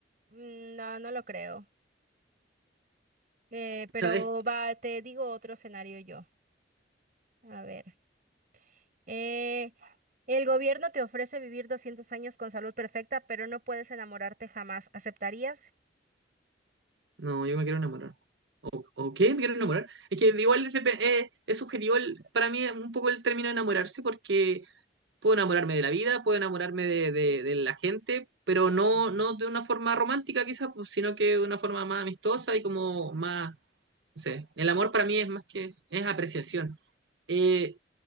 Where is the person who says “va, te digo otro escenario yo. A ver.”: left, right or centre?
Right